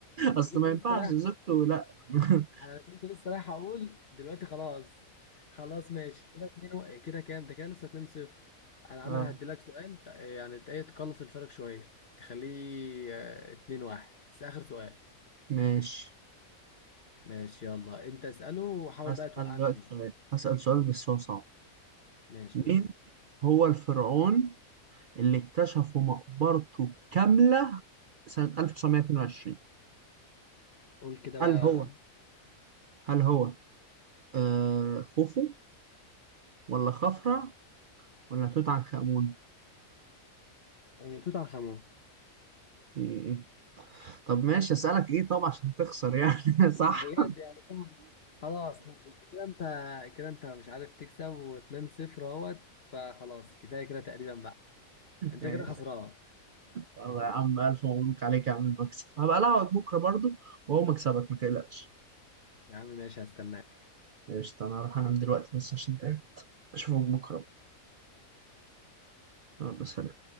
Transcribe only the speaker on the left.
انا
كنت
لسه
رايح
انا كنت لسه رايح اقول دلوقتي خلاص خلاص ماشي كده اتنين و... كده كام ده كده لسه 2 0 انا عمال
هديلك سؤال ت- يعني ت- ايه تقلص الفرق شويه تخليه آه، 2 1 بس اخر سؤال
ماشي يلا انت اساله وحاول
بقى توقعني
فيه
ماشي
يلا
قول كده
بقى
إيه، توت عنخ امون
بجد يعني صعب خلاص لا، لا، كده انت كده انت مش عارف تكسب و2 0 اهوت فخلاص كفايه كده تقريبا بقى انت
كده خسران
يا عم ماشي هستناك